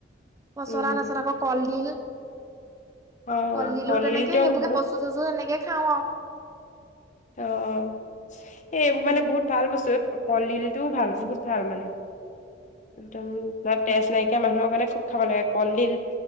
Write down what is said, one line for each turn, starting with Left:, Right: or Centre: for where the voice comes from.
Right: পচলাৰ
Left: উম
Right: পাছত আকৌ কলডিল
Left: অ
Right: কলডিলো
Left: কলডিলটো
Right: তেনেকে, সেইবোৰকে
Left: বহুত
Right: কচু-তচু সেনেকে খাওঁ আও।
Left: অ'! এ, এইবোৰ মানে বহুত ভাল বস্তু। অ'! কলডিলটো ভাল, বহুত ভাল মানে। একদম <unintelligible> তেজ নাইকিয়া মানুহৰ কাৰণে খুব খাব লাগে, কলডিল।